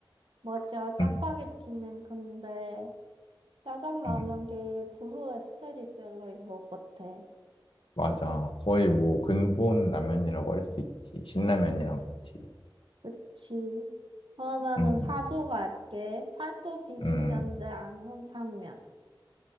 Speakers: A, on the right; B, on the left.
A: 맞아, 짜파게티는
B: 응,
A: 근데 짜장라면계의
B: 응.
A: 불후의 스테디셀러인 것 같아.
B: 맞아. 거의 뭐 근본 라면이라고 할 수 있지. 신라면이랑 같이.
A: 그치. 그러면은
B: 음,
A: 사조 갈게. 팔도 비빔면
B: 음.
A: 대 안성탕면.